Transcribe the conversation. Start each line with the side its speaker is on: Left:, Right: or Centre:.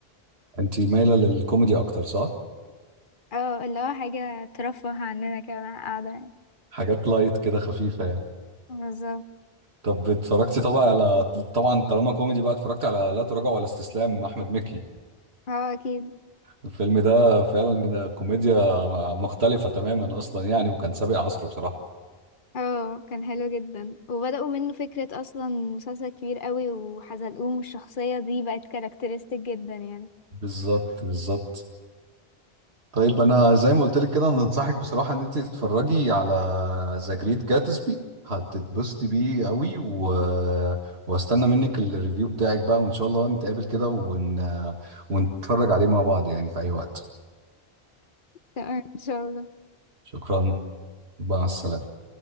Right: انت مايله للكوميدي اكتر صح
Left: اه اللي هو حاجه ترفه عننا كده وانا قاعده يعني.
Right: حاجات لايت كده خفيفه يعني
Left: بالظبط
Right: طب اتفرجتي طبعا على طبعا طالما كوميدي بقى اتفرجت على لا تراجع ولا استسلام احمد مكي
Left: اه اكيد
Right: الفيلم ده فعلا كوميديا مختلفة تماما أصلا يعني وكان سابق عصره بصراحة
Left: اه كان حلو جدا وبداوا منه فكره اصلا مسلسل كبير قوي وحزلقوم والشخصيه دي بقت كاركترستيك جدا يعني
Right: بالظبط بالظبط طيب أنا زي ما قلت لك كده أنا أنصحك بصراحة إن أنت تتفرجي على ذا جريت جاتسبي هتتبسطي بيه قوي و... واستنى منك الريفيو بتاعك بقى وإن شاء الله نتقابل كده ون... ونتفرج عليه مع بعض يعني في أي وقت
Left: تمام ان شاء الله
Right: شكرا مع السلامة
Left: شكرا